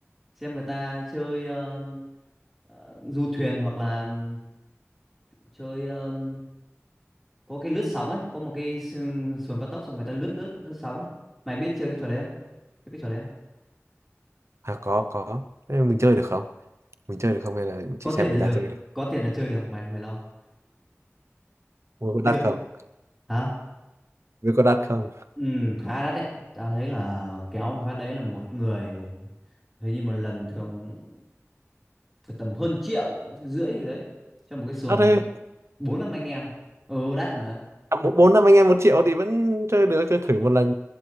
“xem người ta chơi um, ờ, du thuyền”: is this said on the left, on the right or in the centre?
Centre